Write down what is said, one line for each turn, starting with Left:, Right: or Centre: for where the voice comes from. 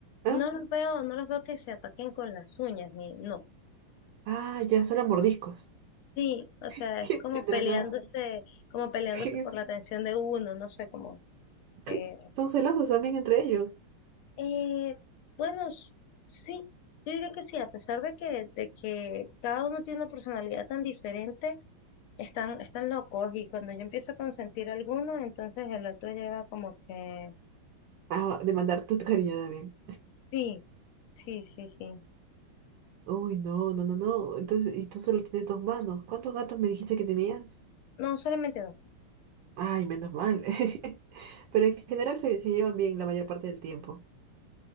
Right: ¿Ah?
Left: No los veo, no los veo que se ataquen con las uñas, ni no.
Right: Ah, ya, solo mordiscos.
Left: Sí, o
Right: <laughs>
Left: sea,
Right: ¿Qué
Left: es como
Right: tendrán
Left: peleándose,
Right: a...?
Left: como peleándose
Right: <laughs> es-
Left: por la atención de uno, no sé, como
Right: <laughs>
Left: que...
Right: Son celosos también entre ellos.
Left: Eh, bueno, s- sí, yo diría que sí, a pesar de que, de que cada uno tiene una personalidad tan diferente, están, están locos y cuando yo empiezo a consentir a alguno, entonces el otro lleva como que...
Right: Ah, de mandar tu cariño también.
Left: Sí, sí, sí, sí.
Right: Uy, no, no, no, no. Entonces, y tú solo tienes dos manos. ¿Cuántos gatos me dijiste que tenías?
Left: No, solamente dos.
Right: Ay, menos mal. <laughs> Pero en general se, se llevan bien la mayor parte del tiempo.